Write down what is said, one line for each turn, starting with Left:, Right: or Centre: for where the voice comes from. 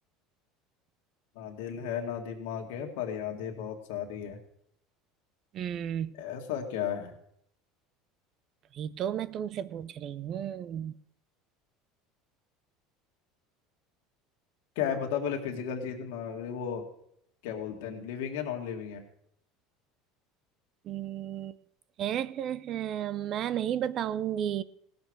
Left: ना दिल है ना दिमाग है पर यादें बहुत सारी है
Right: हम्म
Left: ऐसा क्या है
Right: वही तो मैं तुमसे पूछ रही हूँ
Left: क्या है बता पहले फिजिकल चीज ना वो क्या बोलते हैं लिविंग है नॉन लिविंग है
Right: हम्म, <laughs> हैं हैं, हैं, मैं नहीं बताऊंगी